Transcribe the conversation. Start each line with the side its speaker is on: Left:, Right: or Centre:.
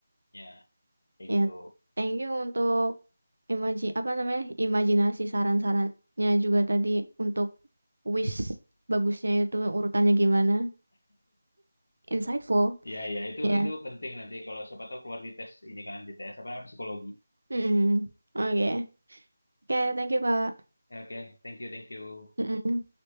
Left: Ya kayak
Right: Ya.
Left: gitu.
Right: Thank you untuk imaji apa namanya? Imajinasi saran-sarannya juga tadi untuk wish bagusnya itu urutannya gimana. Insightful.
Left: Iya iya itu
Right: Ya.
Left: itu penting nanti kalau siapa tahu keluar di tes ini kan di tes apa namanya, psikologi.
Right: Mm-mm. Oke. Oke, thank you, Kak.
Left: Ya, Oke, thank you thank you.
Right: Mm-mm.